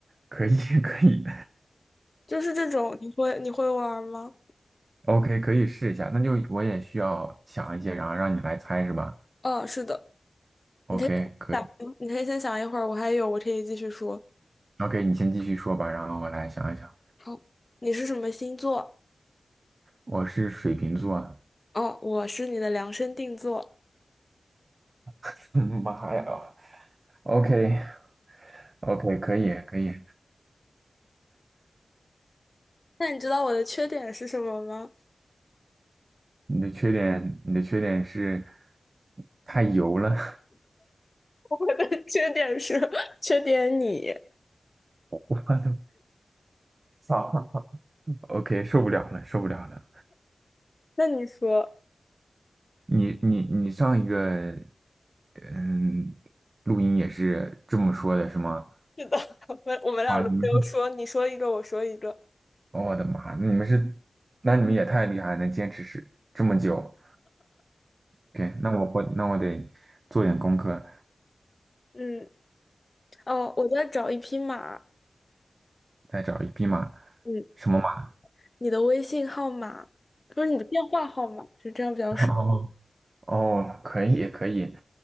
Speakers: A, on the right (about 45°); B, on the left (about 35°).
A: 可以可以
B: 就是这种，你会你会玩吗？
A: ，OK 可以试一下。那就我也需要想一些，然后让你来猜是吧
B: 嗯，是的，
A: ？OK
B: 你可以
A: 可以
B: 嗯你可以先想一会儿，我还有，我可以继续说。
A: ，OK 你先继续说吧，然后我来想一想。
B: 好，你是什么星座？
A: 我是水瓶座。
B: 哦，我是你的量身定做。
A: <laughs> 妈呀！OK OK 可以可以。
B: 那你知道我的缺点是什么吗？
A: 你的缺点，你的缺点是太油了。
B: <laughs> 我的缺点是 <laughs> 缺点你。
A: <laughs> 我的操 OK，受不了了，受不了了。
B: 那你说，
A: 你你你上一个嗯录音也是这么说的，是吗？
B: 是的，<laughs> 我们我们俩轮流说，
A: 啊，你们是，
B: 你说一个，我说一个。
A: 我的妈，那你们是，那你们也太厉害了，能坚持是这么久。OK，那我我那我得做点功课，
B: 嗯，哦，我在找一匹马。
A: 再找一匹马，
B: 嗯，
A: 什么马？
B: 你的微信号码，不是你的电话号码，就这样比较顺。
A: <laughs> 哦哦，可以可以